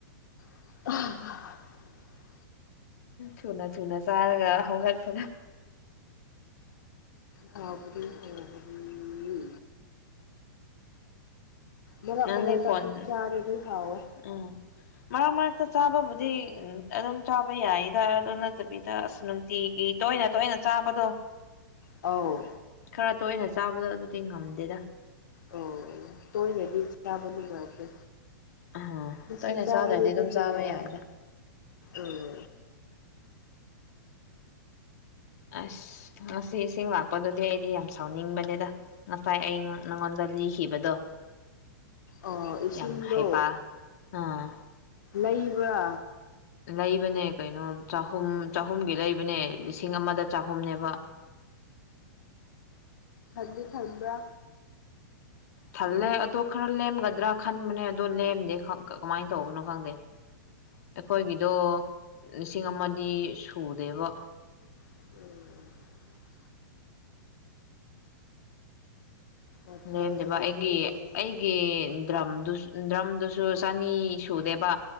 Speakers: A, on the left (about 70°); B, on the left (about 50°).
A: <unintelligible>
B: ꯊꯨꯅ ꯊꯨꯅ ꯆꯥꯔꯒ ꯍꯧꯒꯠꯄꯗꯣ
A: ꯍꯥꯎꯕꯗꯤ ꯍꯥꯎꯕꯅꯤ ꯃꯔꯛ
B: ꯅꯪꯗꯤ
A: ꯃꯔꯛꯇ
B: ꯐꯣꯟ
A: ꯑꯗꯨꯝ ꯆꯥꯔꯗꯤ ꯍꯥꯎꯋꯦ
B: ꯎꯝ ꯃꯔꯛ ꯃꯔꯛꯇ ꯆꯥꯕꯕꯨꯗꯤ ꯑꯗꯨꯝ ꯆꯥꯕ ꯌꯥꯏꯗ ꯑꯗꯨ ꯅꯠꯇꯕꯤꯗ ꯑꯁ ꯇꯤꯒꯤ ꯇꯣꯏꯅ ꯇꯣꯏꯅ ꯆꯥꯕꯗꯣ
A: ꯑꯧ
B: ꯈꯔ ꯇꯣꯏꯅ ꯆꯥꯕꯗꯣ ꯑꯗꯨꯗꯤ ꯉꯝꯗꯦꯗ
A: ꯑꯣ ꯇꯣꯏꯅꯗꯤ ꯆꯥꯕ ꯅꯨꯡꯉꯥꯏꯇꯦ
B: ꯑꯥ
A: ꯗꯁꯨ
B: ꯇꯣꯏꯅ
A: ꯆꯥꯕꯗꯨꯗꯤ
B: ꯆꯥꯗ꯭ꯔꯗꯤ ꯑꯗꯨꯝ
A: ꯅꯨꯡꯉꯥꯏ
B: ꯆꯥꯕ ꯌꯥꯏꯗ
A: ꯑꯣ
B: ꯑꯁ ꯉꯁꯤ ꯏꯁꯤꯡ ꯂꯥꯛꯄꯗꯨꯗꯤ ꯑꯩꯗꯤ ꯌꯥꯝ ꯁꯥꯎꯅꯤꯡꯕꯅꯤꯗ ꯉꯁꯥꯏ ꯑꯩꯉꯣꯟ ꯅꯪꯉꯣꯟꯗ ꯂꯤꯈꯤꯕꯗꯣ
A: ꯑꯣ ꯏꯁꯤꯡꯗꯣ
B: ꯌꯥꯝ ꯍꯩꯄꯥ ꯑꯥ
A: ꯂꯩꯕ꯭ꯔꯥ
B: ꯂꯩꯕꯅꯦ ꯀꯩꯅꯣ ꯆꯍꯨꯝ
A: ꯎꯝ ꯎꯝ
B: ꯆꯍꯨꯝꯒꯤ ꯂꯩꯕꯅꯦ ꯂꯤꯁꯤꯡ ꯑꯃꯗ ꯆꯍꯨꯝꯅꯦꯕ
A: ꯊꯟꯗꯤ ꯊꯪꯕ꯭ꯔꯥ
B: ꯊꯜꯂꯦ ꯑꯗꯣ ꯈꯔ ꯂꯦꯝꯒꯗ꯭ꯔꯥ ꯈꯟꯕꯅꯦ ꯑꯗꯣ ꯂꯦꯝꯗꯦ ꯀꯃꯥꯏꯟ ꯇꯧꯕꯅꯣ ꯈꯪꯗꯦ ꯑꯩꯈꯣꯏꯒꯤꯗꯣ ꯂꯤꯁꯤꯡ ꯑꯃꯗꯤ ꯁꯨꯗꯦꯕꯣ
A: <unintelligible> ꯋꯥꯇꯔ
B: ꯂꯦꯝꯗꯦꯕ
A: ꯇꯧꯕꯒꯤ
B: ꯑꯩꯒꯤ
A: ꯑꯣꯏꯔꯝꯅꯤ
B: ꯑꯩꯒꯤ ꯗ꯭ꯔꯝꯗꯨ ꯗ꯭ꯔꯝꯗꯨꯁꯨ ꯆꯅꯤ ꯁꯨꯗꯦꯕ